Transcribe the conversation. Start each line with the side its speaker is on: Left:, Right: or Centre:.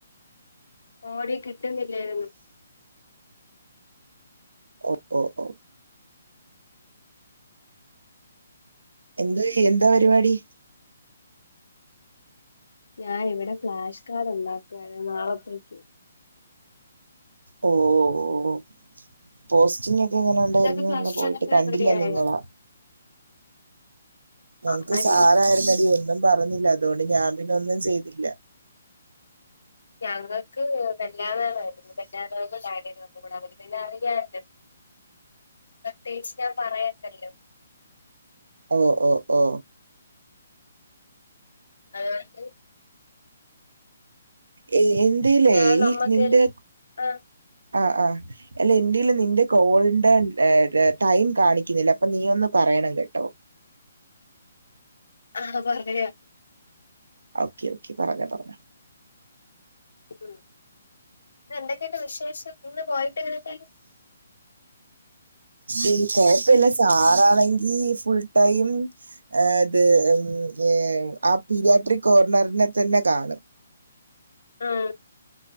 Left: ആടി കിട്ടുന്നില്ലായിരുന്നു.
Right: ഓ ഓ ഓ എന്ത് എന്താ പരിപാടി?
Left: ഞാൻ ഇവിടെ ഫ്ലാഷ് കാർഡ്- ഉണ്ടാക്കുയായിരുന്നു നാളത്തേക്ക്.
Right: ഓ ഓ പോസ്റ്റിംഗ- എങ്ങനെ ഉണ്ടായിരുന്നു
Left: നിങ്ങൾക്ക് ഫ്ലാഷ്
Right: അന്ന്- പോയിട്ട്
Left: കാർഡൊക്കെ
Right: കണ്ടില്ല
Left: റെഡി ആയോ
Right: നിങ്ങളാ. ഞങ്ങക്ക്
Left: ആഹ്
Right: സാറായിരുന്നടി ഒന്നും പറഞ്ഞില്ല, അതുകൊണ്ട് ഞാൻ പിന്നെ ഒന്നും ചെയ്തില്ല.
Left: ഞങ്ങൾക്ക് മെഞ്ഞാന്നാണ്. പറ്റാത്ത കാര്യങ്ങളൊക്കൂടെ- അവക്ക് പിന്നെ അറിയാല്ലോ. പ്രത്യേകിച്ച് ഞാൻ പറയേണ്ടല്ലോ?
Right: ഓ ഓ ഓ...
Left: അതായത്...
Right: ഏ എന്റലേ
Left: ഞാൻ
Right: ഈ
Left: നമ്മക്ക്
Right: നിന്റെ,
Left: ആഹ്
Right: ആഹ് ആഹ്... അല്ല എന്റേൽ നിന്റെ കോൾടെ ടൈം കാണിക്കുന്നില്ല, അപ്പോ നീ ഒന്ന് പറയണം കേട്ടോ?
Left: ആഹാ പറയാ,
Right: ഓക്കെ... ഓക്കെ... പറഞ്ഞോ... പറഞ്ഞോ...
Left: ഉം എന്തക്കെണ്ട്‌ വിശേഷം? ഇന്ന് പോയിട്ട് എങ്ങനേക്കണ്ട്‌?
Right: ഏയ് കൊഴപ്പം ഇല്ല, സാറാണെങ്കി ഫുൾ ടൈം. അത് ഉം ആ പീഡിയാട്രിക്- കോർണറിനെ തന്നെ കാണ്,
Left: ആഹാ...